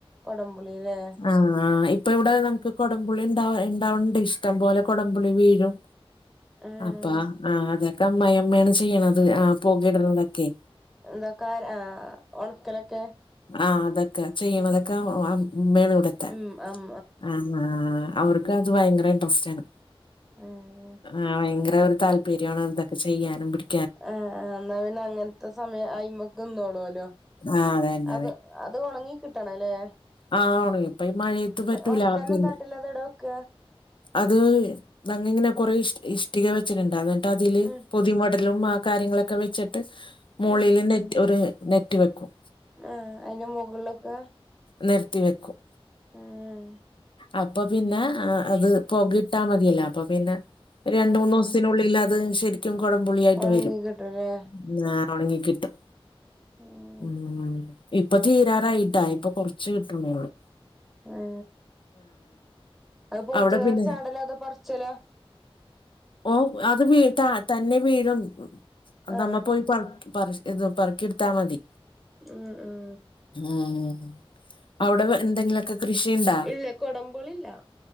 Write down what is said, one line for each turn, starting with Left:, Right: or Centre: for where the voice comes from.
Centre: കൊടംപുളില്ലേ
Left: ആഹ് ഇപ്പ ഇവിടെ ഏതാണ് ഇപ്പ കൊടംപുളി ഇണ്ട ഇണ്ടാവണ്ട് ഇഷ്ടം പോലെ കൊടംപുളി വീഴും
Centre: ആ
Left: അപ്പ ആഹാ അതെക്കെ അമ്മയമ്മയാണ് ചെയ്യണത് ആ പോകയിടുന്നതൊക്കെ
Centre: എന്തക്കാര ആ ഒണക്കലൊക്കെ
Left: ആ അതൊക്കെ ചെയ്യണതൊക്കെ ആ മേള് വടെത്താൻ
Centre: ഉം അം
Left: ആ ആ അവർ ക്കത് ഭയങ്കര ഇൻട്രസറ്റാണ്
Centre: ഉം
Left: ആ ഭയങ്കര ഒരു താല് പെര്യാണ് ഇതൊക്കെ ചെയ്യാനും പിടി
Centre: ആഹാ ആഹാ എന്നാ പിന്നെ അങ്ങനത്തെ സമയം അയ്മ്ക്ക് നിന്നോളുവലോ
Left: ആ അതന്നെ
Centre: അത് അത് ഒണങ്ങി കിട്ടണല്ലേ
Left: ആഹാ ഒണങ്ങി ഇപ്പെ ഈ മഴയത്ത് പറ്റൂല
Centre: ഉണക്കാനും
Left: പിന്നെ
Centre: തട്ടില് അത് എവിടെ വെക്ക
Left: അത് നങ്ങിങ്ങനെ കൊറെ ഇഷ് ഇഷ് ട്ടിക വെച്ചിട്ടുണ്ടാന്നിട്ട് അതില്
Centre: ഉം
Left: പൊതി മഡലും ആ കാര്യങ്ങളൊക്കെ വെച്ച് ട്ട് മോളില്
Centre: ഉം
Left: നെറ്റ് ഒരു നെറ്റ് വെക്കും
Centre: ആഹാ അയിന്റെ മുകളിലൊക്കെ
Left: നെരത്തി വെക്കും
Centre: ഏഹ
Left: അപ്പൊ പിന്നെ അത് പൊകയിട്ടാ മതിയല്ലോ അപ്പൊ പിന്നെ
Centre: ആ
Left: രണ്ട്മൂന്ന്
Centre: ആ
Left: ദിവസത്തിനുള്ളിലത് ശരിക്കും കൊടംപുളിയായിട്ട്
Centre: ഉണങ്ങി
Left: വരും
Centre: കിട്ടൂലേ
Left: ന്നഹാ ഒണങ്ങി കിട്ടും
Centre: ഉം
Left: മ് ഇപ്പൊ തീരാറായിട്ടാ ഇപ്പൊ കൊറ ച്ച് കിട്ടുന്നെ ഒള്ളൂ
Centre: ആഹാ അത് പോത്തുങ്ങാട്
Left: അവിടെ പിന്നെ
Centre: ചാടലോ അതോ പറിച്ചലോ
Left: ഓ അത് വീ ത തന്നെ വീഴും മ്
Centre: ആ
Left: നമ്മ പോയി പറ പറ സ് ഇതു പറക്കിയെടുത്താൽ മതി
Centre: ആഹ് ആഹ്
Left: ഉം അവിടെ വെ എന്തെങ്കിലു ക്ക് കൃഷിയിണ്ടാ
Centre: ഇല്ല കൊടമ്പുളില്ല